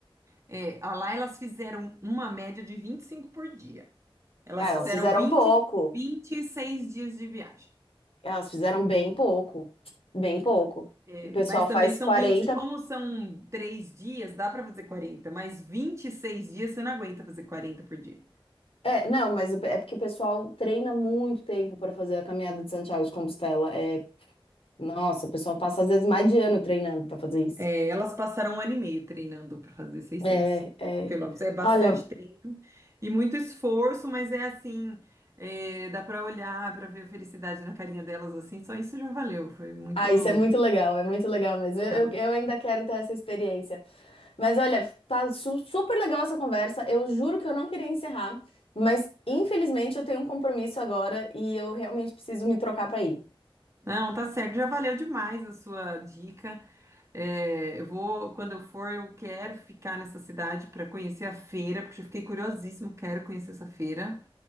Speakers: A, on the right; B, on the left.
A: É, a lá elas fizeram uma média de 25 por dia. Elas
B: Ah, elas
A: fizeram
B: fizeram
A: vinte,
B: pouco.
A: vinte e seis dias de viagem.
B: Elas fizeram bem pouco. Bem pouco.
A: É,
B: O pessoal
A: mas também
B: faz
A: são
B: quarenta
A: 20, como são três dias, dá pra fazer 40. mas 26 dias você não aguenta fazer 40 por dia.
B: É, não, mas o pe- é porque o pessoal treina muito tempo para fazer a caminhada de Santiago de Compostela. É, nossa, o pessoal passa às vezes mais de ano treinando para fazer isso.
A: É, elas passaram um ano e meio treinando pra fazer seiscentos
B: É, é.
A: quilômetros. É bastante
B: Olha,
A: E muito esforço, mas é assim, é, dá pra olhar, pra ver a felicidade na carinha delas assim, só isso já valeu, foi muito
B: ah, isso é muito legal, é muito legal mesmo.
A: legal.
B: Eu, eu, eu ainda quero ter essa experiência. Mas olha, tá su- super legal essa conversa. Eu juro que eu não queria encerrar, mas infelizmente eu tenho um compromisso agora e eu realmente preciso me trocar para ir.
A: Não, tá certo, já valeu demais a sua dica. É, eu vou, quando eu for, eu quero ficar nessa cidade para conhecer a feira, porque eu fiquei curiosíssimo, quero conhecer essa feira.